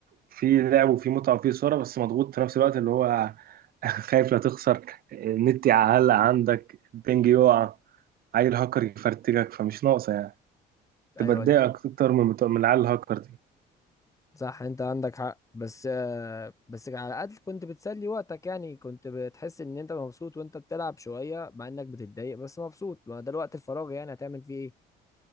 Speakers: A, on the right (about 60°); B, on the left (about 20°).
A: في لعب وفي متعه وفي صوره بس مضغوط في نفس الوقت اللي هو <laughs> خايف لا تخسر النت يعلق عندك البنج يقع عيل هاكر يفرتكك فمش ناقصه يعني تبقى
B: ايوه
A: تضايقك اكتر من بتوع من العيال الهاكر دي
B: صح انت عندك حق بس آه بس على الاقل كنت بتسلي وقتك يعني كنت بتحس ان انت مبسوط وانت بتلعب شويه مع انك بتتضايق بس مبسوط ما ده الوقت الفراغ يعني هتعمل فيه ايه